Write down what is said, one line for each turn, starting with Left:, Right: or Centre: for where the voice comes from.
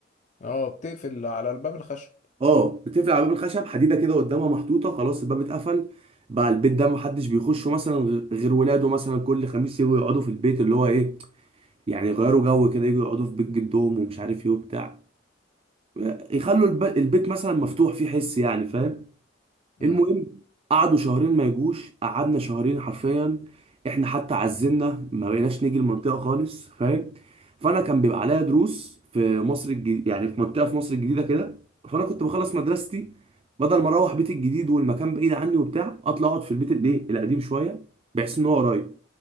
Left: اه بتقفل على الباب الخشب
Right: اه بتقفل على باب الخشب حديده كده قدامها محطوطه خلاص الباب اتقفل بقى البيت ده محدش بيخشه مثلا غ- غير ولاده مثلا كل خميس يجوا يقعدوا في البيت اللي هو ايه يعني يغيروا جو كده يجوا يقعدوا في بيت جدهم ومش عارف ايه وبتاع آه، يخلوا الب- البيت مثلا مفتوح فيه حس يعني فاهم
Left: امم
Right: المهم قعدوا شهرين ما يجوش قعدنا شهرين حرفيا احنا حتى عزلنا ما بقيناش نيجي المنطقه خالص فاهم فانا كان بيبقى عليا دروس في مصر الجديدة يعني في منطقه في مصر الجديده كده فانا كنت بخلص مدرستي بدل ما اروح بيتي الجديد والمكان بعيد عني وبتاع اطلع اقعد في البيت الايه القديم شويه بحيث ان هو قريب